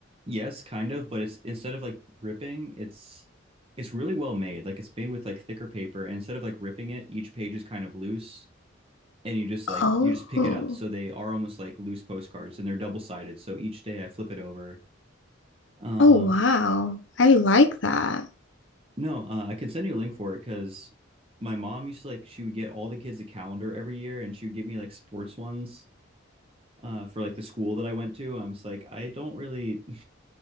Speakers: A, on the right; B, on the left.
A: yes, kind of, but it's instead of like ripping, it's it's really well made. Like it's made with like thicker paper and instead of like ripping it, each page is kind of loose and you just like
B: Oh.
A: you just pick it up. So they are almost like loose postcards and they're double-sided. So each day I flip it over. Um
B: Oh, wow. I like that.
A: no, uh, I can send you a link for it cuz my mom used to like she would get all the kids a calendar every year and she would give me like sports ones uh, for like the school that I went to. I'm just like I don't really